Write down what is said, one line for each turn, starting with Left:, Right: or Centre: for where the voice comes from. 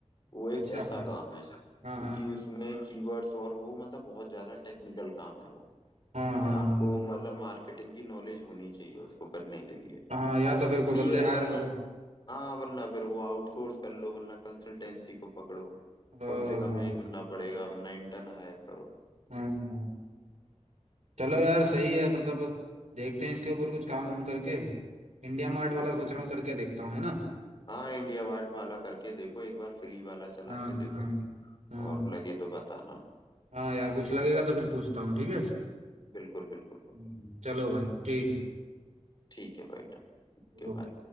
Left: वो एक
Right: अच्छा
Left: ऐसा
Right: हाँ
Left: काम है क्योंकि
Right: हाँ
Left: उसमें कीवर्ड्स और वो मतलब बहुत ज्यादा टेक्निकल काम है वो
Right: हाँ हाँ
Left: या आपको
Right: हाँ
Left: मतलब मार्केटिंग की नॉलेज होनी चाहिए उसको करने के लिए
Right: हाँ हाँ या तो फिर कोई
Left: लिए
Right: बंदे हायर
Left: वरना
Right: करो
Left: हाँ वरना फिर वो आउटसोर्स कर लो वरना कंसल्टेंसी को पकड़ो
Right: हाँ
Left: कम से कम
Right: हाँ
Left: ये करना पड़ेगा वरना इंटर्न हायर करो
Right: हाँ। हाँ। चलो यार सही है मतलब देखते हैं इसके ऊपर कुछ काम करके इंडिया मार्ट वाला
Left: बिल्कुल
Right: सोच रहा
Left: बिल्कुल
Right: हूँ करके देखता हूँ है ना
Left: हाँ इंडिया वाट माला करके देखो एक बार फ्री वाला चला
Right: हाँ
Left: के देखो
Right: हाँ हाँ
Left: और लगे तो बताना
Right: हाँ यार कुछ लगेगा तो फिर पूछता हूँ ठीक है
Left: बिल्कुल बिल्कुल भाई
Right: हम्म, चलो भाई ठीक है
Left: ठीक है भाई डन Okay
Right: ओके
Left: bye